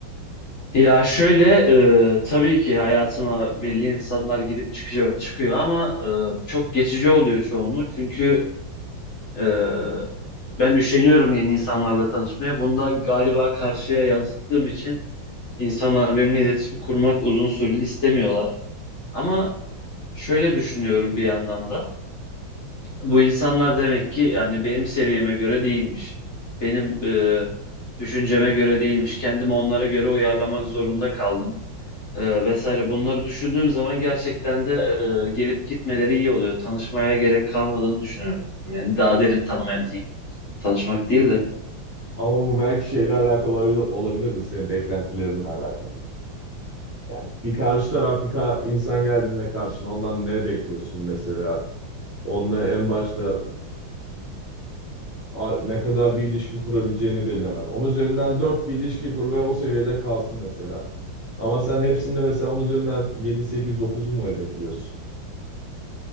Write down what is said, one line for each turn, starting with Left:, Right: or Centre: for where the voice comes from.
Left: Ya şöyle e, tabii ki hayatıma belli insanlar gidip çıkıyor çıkıyor ama e, çok geçici oluyor çoğunu. Çünkü e, ben üşeniyorum yeni insanlarla tanışmaya. Bunu da galiba karşıya yansıttığım için İnsanlar benimle iletişim kurmak uzun süreli istemiyorlar. Ama şöyle düşünüyorum bir yandan da. Bu insanlar demek ki yani benim seviyeme göre değilmiş. Benim e, düşünceme göre değilmiş. Kendimi onlara göre uyarlamak zorunda kaldım. e, vesaire. Bunları düşündüğüm zaman gerçekten de e, gelip gitmeleri iyi oluyor. Tanışmaya gerek kalmadığını düşünüyorum. Yani daha derin tanımaya diyeyim. Tanışmak değil de.
Right: Ama bu belki şeyle alakalı ol- olabilir mi? Senin beklentilerinle alakalı. Yani bir karşı taraf bir ka- insan geldiğinde karşına ondan ne bekliyorsun mesela? Onunla en başta a- ne kadar bir ilişki kurabileceğini belirlemen. Onun üzerinden 4 bir ilişki kur ve o seviyede kalsın mesela. Ama sen hepsinde mesela onun üzerinden 7 8 dokuzu mu hedefliyorsun?